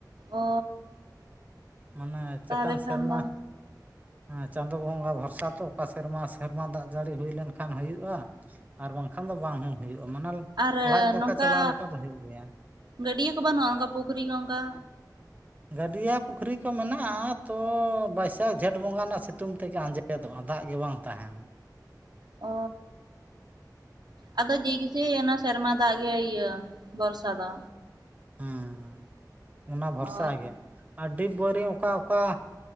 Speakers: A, on the right (about 75°); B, on the right (about 20°).
A: ᱚ
B: ᱢᱟᱱᱮ ᱪᱮᱛᱟᱱ
A: ᱛᱟᱦᱚᱞᱮ ᱠᱷᱟᱱ
B: ᱥᱮᱨᱢᱟ
A: ᱫᱚ
B: ᱦᱮᱸ ᱪᱟᱸᱫᱳ ᱵᱚᱸᱜᱟ ᱵᱷᱚᱨᱥᱟ ᱛᱚ ᱚᱠᱟ ᱥᱮᱨᱢᱟ ᱥᱮᱨᱢᱟ ᱫᱟᱜ ᱡᱟᱹᱲᱤ ᱦᱩᱭ ᱞᱮᱱᱠᱷᱟᱱ ᱠᱷᱟᱱ ᱦᱩᱭᱩᱜᱼᱟ ᱟᱨ ᱵᱟᱝᱠᱷᱟᱱ ᱫᱚ ᱵᱟᱝ ᱦᱚᱸ ᱦᱩᱭᱩᱜᱼᱟ ᱢᱟᱱᱮ
A: ᱟᱨ
B: ᱞᱟᱡ ᱫᱟᱠᱟ
A: ᱱᱚᱝᱠᱟ
B: ᱪᱟᱞᱟᱣ ᱞᱮᱠᱟ ᱫᱚ ᱦᱩᱭᱩᱜ ᱜᱮᱭᱟ
A: ᱜᱟᱹᱰᱭᱟᱹ ᱠᱚ ᱵᱟᱹᱱᱩᱜᱼᱟ ᱚᱱᱠᱟ ᱯᱩᱠᱷᱨᱤ ᱠᱚ ᱚᱱᱠᱟ?
B: ᱜᱟᱹᱰᱭᱟᱹ ᱯᱩᱠᱷᱨᱤ ᱠᱚ ᱢᱮᱱᱟᱜᱼᱟ ᱛᱚ ᱵᱟᱹᱭᱥᱟᱹᱠᱷ ᱡᱷᱮᱸᱴ ᱵᱚᱸᱜᱟ ᱨᱮᱱᱟᱜ ᱥᱤᱛᱩᱝ ᱛᱮᱜᱮ ᱟᱸᱡᱮᱫ ᱼᱼ ᱟᱸᱡᱮᱫᱚᱜᱼᱟ ᱫᱟᱜ ᱜᱮ ᱵᱟᱝ ᱛᱟᱦᱮᱱᱟ᱾
A: ᱚᱻ ᱟᱫᱚ ᱡᱮ ᱠᱮ ᱥᱮᱭ, ᱚᱱᱟ ᱥᱮᱨᱢᱟ ᱫᱟᱜ ᱜᱮ ᱤᱭᱟᱹ ᱵᱚᱨᱥᱟ ᱫᱚᱼᱼ
B: ᱦᱮᱸ ᱚᱱᱟ ᱵᱷᱚᱨᱥᱟ
A: ᱚ
B: ᱜᱮ ᱟᱨ <unintelligible> ᱚᱠᱟ ᱚᱠᱟ ᱼᱼ